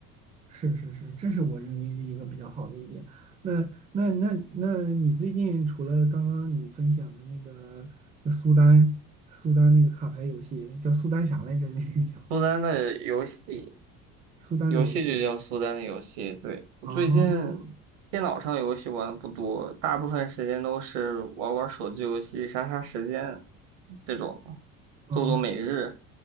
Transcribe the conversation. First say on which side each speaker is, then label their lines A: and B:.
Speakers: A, on the right (about 20°); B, on the right (about 70°).
A: 是是是，这是我认为一个比较好的一点。那那那那你最近除了刚刚你分享的那个苏丹苏丹那个卡牌游戏，叫苏丹啥来着？那个叫
B: 苏丹的游戏，
A: 苏丹的游戏
B: 游戏就叫苏丹的游戏。对，我最近
A: 啊哦
B: 电脑上游戏玩的不多，大部分时间都是玩玩手机游戏、杀杀时间这种，
A: 哦
B: 做做每日